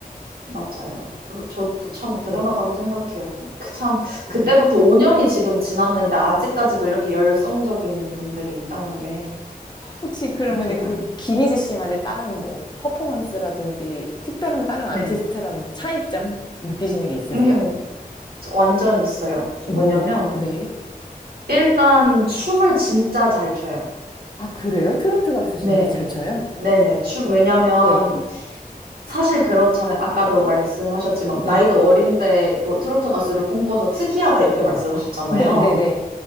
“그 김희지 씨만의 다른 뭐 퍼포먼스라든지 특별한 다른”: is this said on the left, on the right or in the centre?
Left